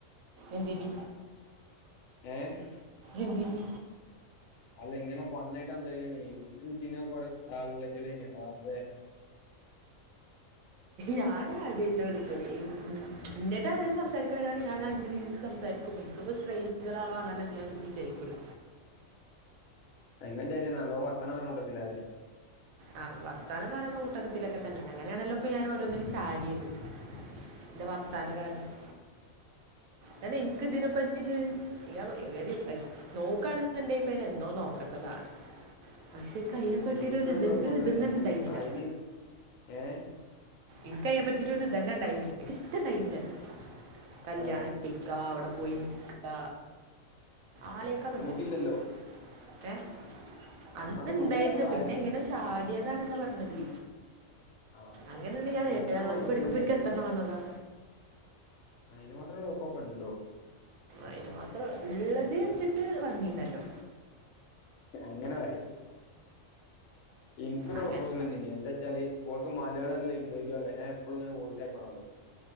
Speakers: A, on the right; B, on the left.
A: എന്തിന്
B: ഏഹ്
A: എന്തിന്
B: !!!!!!!!!!
A: ഞാനാആദ്യായിട്ട വിളിക്കല് ഇൻ ഇൻ ഇന്നേയ്റ്റാരേലും സംസാരിക്കാവരാണെങ്കി ഞാനാ രീതി സംസാരിക്കുമോ ഇൻക്ക്പ്പൊ സ്ട്രേഞ്ചറആണോ അങ്ങനെന്തിനാ വിവിചാരികൂല
B: ഇങ്ങൾന്റാരിന്ന നല്ലോ വർത്താനം പറ്ണകൂട്ടത്തിലാല്ലേ
A: ആഹ് വർത്താനംപറയുന്ന കൂട്ടകത്തിലൊക്കെ തന്നേ അങ്ങനെയാണല്ലോഇപ്പ ഞാന്ഓരോന്നിലു ചാടിയത് ന്റെ വർത്താനംകാരണം കാരണംഇൻക്ക് ഇതിനെപ്പറ്റിട്ടൊര് ഇഞ്ഞാവോ ഇവനികൈ നോക്കണേണ്ടെപ്പെനെന്നോ നോക്കണ്ടതാണ് പക്ഷെ ഇക്കയിനപറ്റീട്ടൊരു
B: എനിക്കൊരു
A: ഇത് എനിക്കൊരു
B: പ്രൊപ്പോസൽ
A: ഇതും
B: വന്ന്നീ
A: തന്നെ ഉണ്ടായിരുന്നില്ല
B: ആയിന്നീം ഏഹ്
A: ഇൻക്ക് അയിനെ പറ്റിയിട്ടൊരുതന്നെ ഇണ്ടായിരുന്നില്ല ഇൻക്ക് ഇഷ്റ്റണ്ടായിന്നില്ല അത് കല്യാണേ
B: പ്രേമോ
A: ഇക്ക അവടെപോയിനിക്ക ആലോയിക്കാപറ്റുന്നില്ല
B: അന്ന് ബുദ്ധിയില്ലല്ലോ
A: ഒക്കെ അന്ന്
B: അന്നൊക്കെ
A: ഇണ്ടായിരുന്നു
B: ബുദ്ധിയില്ലാത്ത പ്രായല്ലേ
A: പിന്നെ എങ്ങനൊ ചാടിയതാണ്ന്നാ പറഞ്ഞത്
B: ആഹ്
A: അങ്ങനെണ്ട് ഏഴാം
B: ഇനിക്കൊരു
A: ക്ലാസ്
B: പ്രൊപ്പോസൽ
A: പഠിക്കുമ്പോ
B: തന്നീനി
A: ഇൻക്ക് എത്രണ്ണം വന്നതാ
B: അയിനുമാത്രോള്ള ചൊർക്കൊക്ക ഇണ്ടോ
A: അയിനുമാത്രം ഉള്ളതിൽവെച്ചിട്ട് വനീന്നല്ലേ
B: അങ്ങനെപറി ഇൻക്കൊരു
A: അങ്ങനെ
B: പ്രൊപ്പോസൽ വന്നീനി എന്താ ച്ചാല് ഓൾക്മലയാളംഅറീല ഇംഗ്ലീഷും അറിള ഞാൻഎപ്പളും ഇങ്ങനെ വോയിസ് അയക്കണോല്ലോ